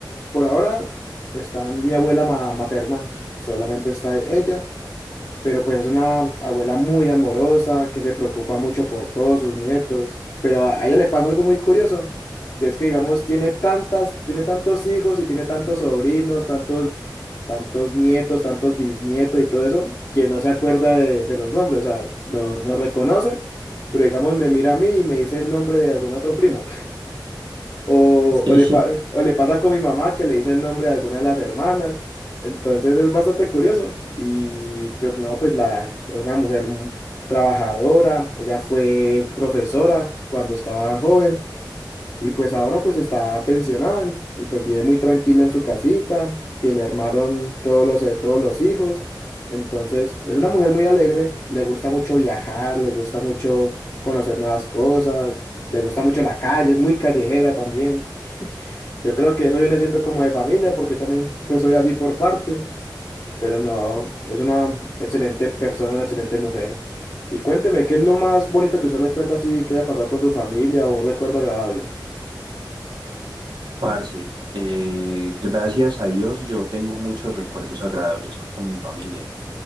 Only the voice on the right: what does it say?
Sí.
<laughs>
Parce, eh, gracias a Dios yo tengo muchos recuerdos agradables con mi familia,